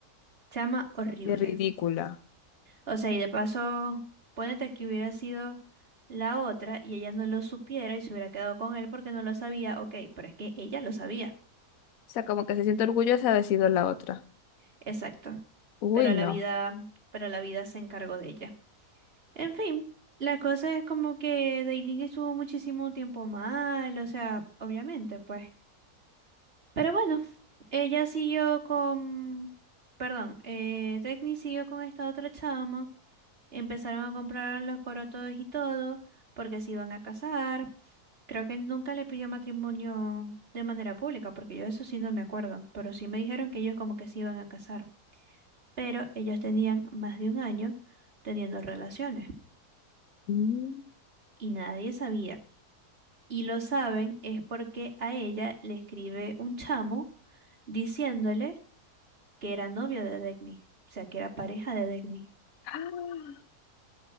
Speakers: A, on the right; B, on the left.
A: Chama horrible.
B: qué ridícula.
A: O sea, y de paso, ponete que hubiera sido la otra y ella no lo supiera y se hubiera quedado con él porque no lo sabía, ok, pero es que ella lo sabía.
B: O sea, como que se siente orgullosa de haber sido la otra.
A: Exacto.
B: Uy,
A: Pero
B: no.
A: la vida, pero la vida se encargó de ella. En fin, la cosa es como que Dailin estuvo muchísimo tiempo mal, o sea, obviamente, pues. Pero bueno, ella siguió con, perdón, eh, Dagny siguió con esta otra chama. Empezaron a comprar los corotos y todo, porque se iban a casar. Creo que nunca le pidió matrimonio de manera pública, porque yo eso sí no me acuerdo, pero sí me dijeron que ellos como que se iban a casar. Pero ellos tenían más de un año teniendo relaciones
B: Mm.
A: y nadie sabía. Y lo saben es porque a ella le escribe un chamo diciéndole que era novio de Degni, o sea, que era pareja de Degni.
B: ¡Ah!